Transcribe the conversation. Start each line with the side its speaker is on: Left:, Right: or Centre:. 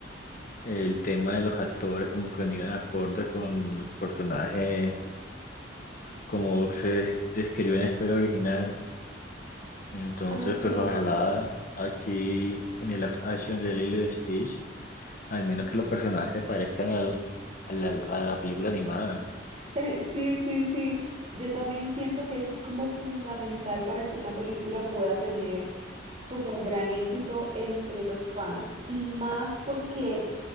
Left: el tema de los actores como que venían acorde con el personaje, como se describió en la historia original. Entonces,
Right: Ah, sí.
Left: pues ojalá aquí en el live action de Lilo y Stitch, al menos que los personajes se parezcan al, al- al- a la película animada.
Right: <laughs> Sí, sí, sí. Yo también siento que eso es como fundamental para que una película pueda tener como un gran éxito entre los fans y más porque